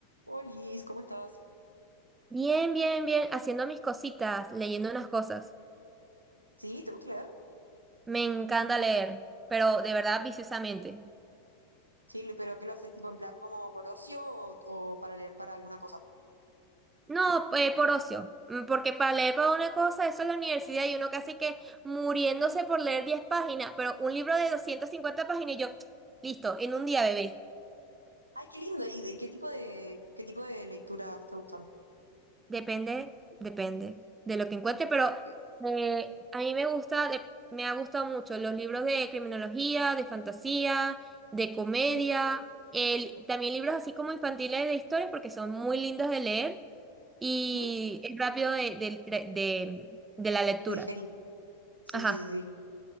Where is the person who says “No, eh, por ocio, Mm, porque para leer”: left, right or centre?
Right